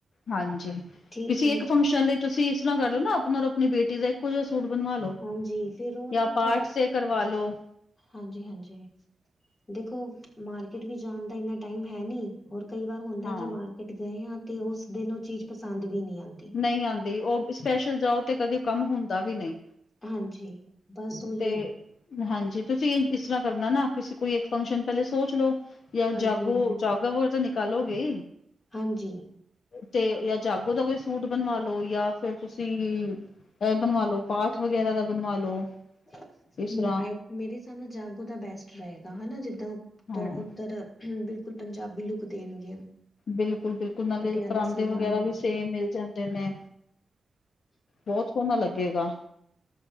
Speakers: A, on the left; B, on the left.
A: ਹਾਂਜੀ
B: ਠੀਕ
A: ਕਿਸੀ
B: ਏ,
A: ਇੱਕ ਫੰਕਸ਼ਨ ਲਈ ਤੁਸੀਂ ਇਸ ਤਰ੍ਹਾਂ ਕਰ ਲਓ ਨਾ ਆਪਣਾ ਔਰ ਆਪਣੀ ਬੇਟੀ ਦਾ ਇੱਕੋ ਜਿਹਾ ਸੂਟ ਬਣਵਾ ਲ ਲੋ
B: ਹਾਂਜੀ ਫੇਰ ਉਹ ਨਾ
A: ਜਾਂ ਪਾਰਟ
B: ਥੋੜਾ
A: ਕਰਵਾਲੋ
B: ਹਾਂਜੀ-ਹਾਂਜੀ ਦੇਖੋ ਮਾਰਕੀਟ ਵੀ ਜਾਣ ਦਾ ਇੰਨਾ ਟਾਈਮ ਹੈ ਨੀ ਹੋਰ ਕਈ ਵਾਰ ਹੁੰਦਾ
A: ਹਾਂ
B: ਕਿ ਮਾਰਕੀਟ ਗਏ ਆ ਤੇ ਉਸ ਦਿਨ ਉਹ ਚੀਜ਼ ਪਸੰਦ ਵੀ ਨਹੀਂ ਆਉਂਦੀ
A: ਨਹੀਂ ਆਉਂਦੀ ਉਹ ਸਪੈਸ਼ਲ ਜਾਓ ਤੇ ਕਦੇ ਕੰਮ ਹੁੰਦਾ ਵੀ ਨਹੀਂ
B: ਹਾਂਜੀ ਬਸ ਓਹੀ
A: ਤੇ ਹਾਂਜੀ ਤੁਸੀਂ ਇਹ ਇਸ ਤਰ੍ਹਾਂ ਕਰਨਾ ਨਾ ਤੁ ਕੋਈ ਇੱਕ ਫੰਕਸ਼ਨ ਪਹਿਲੇ ਸੋਚ ਲਓ ਜਾਂ
B: ਹਾਂਜੀ-ਹਾਂਜੀ,
A: ਜਾਗੋ, ਜਾਗੋ ਵਗ ਤਾਂ ਨਿਕਾਲੋਗੇ।
B: ਹਾਂਜੀ,
A: ਤੇ ਜਾਂ ਜਾਗੋ ਦਾ ਕੋਈ, ਸੂਟ ਬਣਵਾ ਲੋ ਜਾਂ ਫਿਰ ਤੁਸੀਂ ਇਹ ਬਣਵਾ ਲੋ ਪਾਠ ਵਗੈਰਾ ਦਾ ਬਣਵਾ ਲੋ।
B: ਹੂੰ
A: ਇਸ ਤਰ੍ਹਾਂ
B: ਆਈ ਮੇਰੇ ਹਿਸਾਬ ਨਾਲ ਜਾਗੋ ਦਾ ਬੈਸਟ ਰਹੇਗਾ ਹਨਾ, ਜਿੱਦ
A: ਹਾਂ
B: ਦ ਉੱਧਰ ਬਿਲਕੁਲ ਪੰਜਾਬੀ ਲੁੱਕ ਦੇਣਗੇ।
A: ਬਿਲਕੁਲ-ਬਿਲਕੁਲ, ਨਾਲੇ
B: ਪਟਿਆਲਾ
A: ਪਰਾਂਦੇ
B: ਸਲਵਾਰ
A: ਵਗੈਰਾ ਵੀ ਸੇਮ ਮਿਲ ਜਾਂਦੇ ਨੇ। ਬਹੁਤ ਸੋਹਣਾ ਲੱਗੇਗਾ।